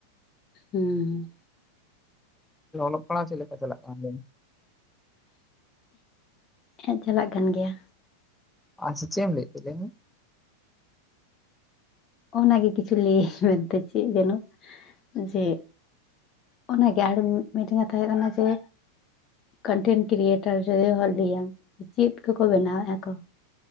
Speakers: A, on the left; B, in the centre.
A: ᱦᱩᱸ᱾
B: ᱚᱞᱚᱜ ᱯᱟᱲᱦᱟᱜ ᱪᱮᱫ ᱞᱮᱠᱟ ᱪᱟᱞᱟᱜ ᱠᱟᱱ ᱞᱟᱹᱭ ᱢᱮ?
A: ᱦᱮᱸ ᱪᱟᱞᱟᱜ ᱠᱟᱱ ᱜᱮᱭᱟ᱾
B: ᱟᱪᱪᱷᱟ ᱪᱮᱫ ᱮᱢ ᱞᱟᱹᱭ ᱮᱛ ᱞᱟᱹᱭ ᱢᱮ?
A: ᱚᱱᱟᱜᱮ ᱠᱤᱪᱷᱩ ᱞᱟᱹᱭᱟᱹᱧ ᱢᱮᱱᱛᱮ ᱪᱮᱫ ᱡᱮᱱᱚ ᱡᱮ, ᱚᱱᱟ ᱜᱮ ᱟᱨ ᱢᱤᱫᱴᱟᱝ ᱠᱟᱛᱷᱟ ᱦᱩᱭᱩ ᱠᱟᱱᱟ ᱡᱮ, ᱠᱚᱱᱴᱮᱱ ᱠᱨᱤᱭᱮᱴᱟᱨ ᱨᱮ ᱵᱷᱟᱞᱤᱭᱟ, ᱪᱮᱫ ᱠᱚᱠᱚ ᱵᱮᱱᱟᱣᱮᱫ ᱟᱠᱚ᱾